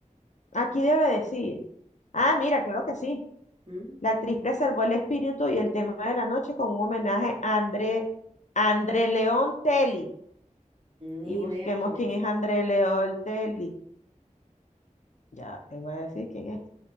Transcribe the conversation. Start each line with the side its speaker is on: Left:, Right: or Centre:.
Left: Aquí debe decir. Ah, mira, claro que sí.
Right: ¿Mm?
Left: La actriz preservó el espíritu y el tema de la noche con un homenaje a André, André León Telly.
Right: Ni
Left: Y busquemos
Right: idea quién
Left: quién
Right: es.
Left: es André León Telly. Ya te voy a decir quién es.